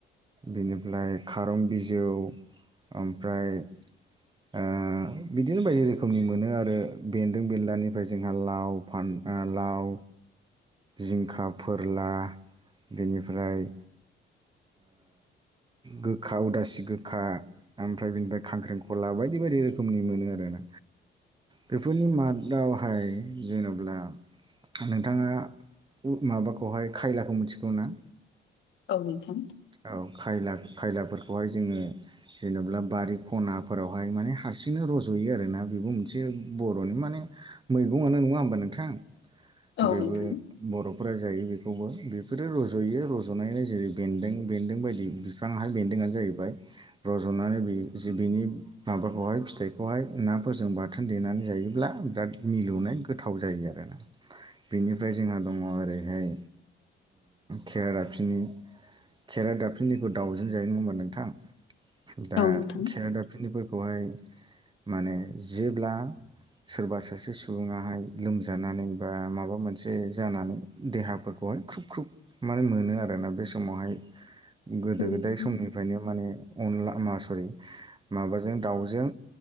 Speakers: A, on the right; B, on the left.
A: बिनिफ्राय खारं बिजौ ओमफ्राय ओ बिदिनो बायदि रोखोमनि मोनो आरो बेन्दों बेन्लानिफ्राय जोंहा लाव फानथा लाव जिंखा फोरला बेनिफ्राय गोखा उदासि गोखा ओमफ्राय बिनिफ्राय खांख्रेखला बायदि बायदि रोखोमनि मोनो आरो ना। बेफोरनि मादावहाय जेनेब्ला नोंथाङा माबाखौहाय खायलाखौ मिथिगौ ना?
B: औ नोंथां।
A: औ खायला खायलाफोरखौहाय जोङो जेनब्ला बारि खनाफोरावहाय माने हारसिंनो रज'यो आरोना बेबो मोनसे बर'नि माने मैगंङानो नङा होमबा नोंथां
B: औ
A: बेबो
B: नोंथां
A: बर'फोरा जायो बेखौबो बेफोरो रज'यो रज'नानै जेरै बेन्दों बेन्दों बायदि बिफांआहाय बेन्दोंआनो जाहैबाय रज'नानै बिनि माबाखौहाय फिथाइखौहाय नाफोरजों बाथोन देनानै जायोब्ला बिराद मिलौनाय गोथाव जायो आरो ना। बेनिफ्राय जोंहा दङ ओरैहाय खेरादाफिनि खेराइ दाफनिखौ दावउजेन जायो नङामा नोंथां? दा
B: औ नोंथां
A: खेरादाफिनिफोरखौहाय माने जेब्ला सोरबा सासे सुबुङाहाय लोमजानानै बा माबा मोनसे जानानै देहाफोरखौहाय ख्रुब ख्रुब माने मोनो आरोना बे समावहाय गोदो
B: औ नोंथां
A: गोदाय समनिफ्रायनो माने अनला मा सरि माबाजों दाउजों